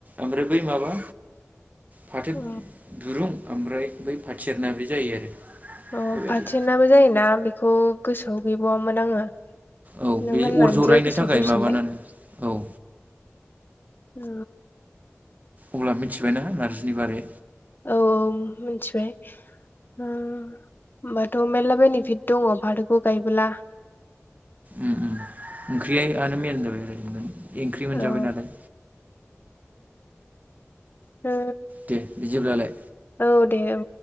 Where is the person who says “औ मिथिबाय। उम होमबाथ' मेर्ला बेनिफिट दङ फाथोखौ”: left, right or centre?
Left